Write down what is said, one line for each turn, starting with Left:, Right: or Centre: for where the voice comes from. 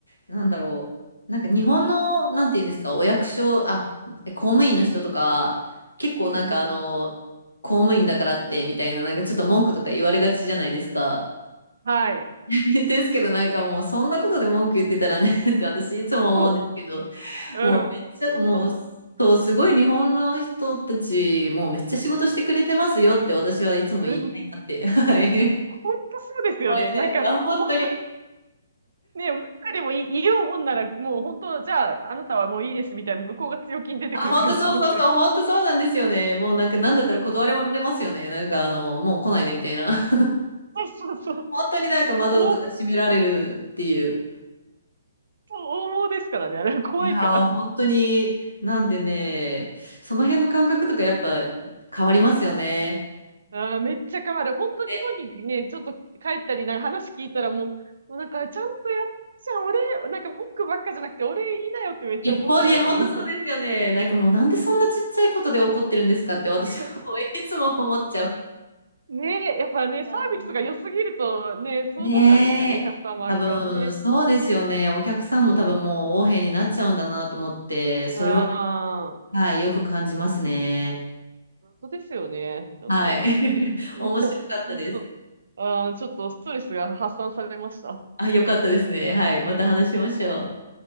Left: うなんだろう。なんか日本の、なんて言うんですか、お役所、あ、え公務員の人とかは、結構なんかあの、
Right: うん。
Left: 公務員だからってみたいな、なんかちょっと文句とか言われがちじゃないですか。
Right: はい。
Left: <laughs> ですけどなんかもうそんなことで文句言ってたらね <laughs> って私いつも思うんですけど、
Right: そう。
Left: もうめっちゃ、
Right: うん。ほんとそ
Left: もう、そう、すごい日本の人たち、もうめっちゃ仕事してくれてますよって私はいつも言いたいなって、
Right: う。うん。
Left: はい。
Right: ほんとそうですよね。
Left: 思いながら、
Right: なんか、
Left: いや、本当に
Right: もう、ね、文句でもいい、言おうもんなら、もう本当、じゃあ、あなたはもういいですみたいな、向こうが強気に出てくる感じしません。
Left: あ、本当そうそうそう、本当そうなんですよね。
Right: <laughs>
Left: もうなんか、なんだったら断られますよね。なんか、あの、もう来ないでみたいな。<laughs>
Right: そうそうそう。
Left: 本当になんか窓とか閉められるっていう。
Right: お応募ですからね、あれ怖いから。
Left: いやー、本当に、なんでね、その辺の感覚とかやっぱ変わりますよね。
Right: あーめっちゃ変わる。本当日本にね、
Left: ね
Right: ちょっと帰ったり、なんか話聞いたらもう、もうなんかちゃんとやっちゃん、俺、なんか文句ばっかじゃなくて、俺いいなよってめっちゃ思っちゃいますもん。
Left: いや、ほん、いや、本当そうですよね。なんかもう、なんでそんなちっちゃいことで怒ってるんですかって私は
Right: <laughs>
Left: <laughs> いつも思っちゃう。
Right: ねえ、やっぱね、
Left: <laughs>
Right: サービスが良すぎるとね、そうなっちゃうんですかね、
Left: ねえ。
Right: カスタマー側ね。
Left: 多分、そうですよね。お客さんも多分もう横柄になっちゃうんだなと思って、それは
Right: ああ、
Left: はい、よく感じますね。
Right: 本当ですよね、ちょっと。
Left: はい。<laughs>
Right: <laughs>
Left: 面白かったです。
Right: 本当。ああ、ちょっとストレスが発散されました。
Left: あ、よかったですね。はい。また話しましょう。